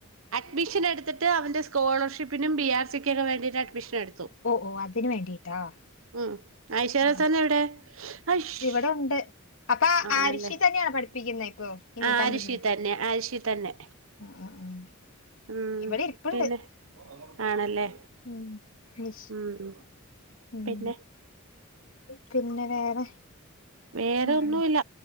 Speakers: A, on the right; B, on the left.
A: അഡ്മിഷൻ എടുത്തിട്ട് അവന്റെ സ്കോളർഷിപ്പിനും ബി ആർ സിക്ക് ഒക്കെ വേണ്ടിയിട്ട് അഡ്മിഷൻ എടുത്തു.
B: ഒഹ്, ഒഹ് അതിന് വേണ്ടിട്ടാ?
A: ഉം ഐഷാ റെസാന
B: ആഹ്
A: എവിടെ ഐശൂ
B: ഇവിടെ ഉണ്ട് അപ്പൊ
A: ആണല്ലേ
B: ആരുഷി തന്നെയാണ് പഠിപ്പിക്കുന്നത് ഇപ്പൊ ഇനി
A: ആരിഷി
B: കണ്ടിന്യൂ
A: തന്നെ, ആരിഷി തന്നെ
B: ആഹ് ആഹ് ആഹ്
A: ഉം
B: ഇവിടെ ഇരിപ്പുണ്ട്
A: പിന്നെ ആണല്ലേ?
B: <unintelligible>
A: ഉം
B: ഉം
A: പിന്നെ
B: പിന്നെ വേറെ
A: വേറെഒന്നുല്ല.
B: ആഹ്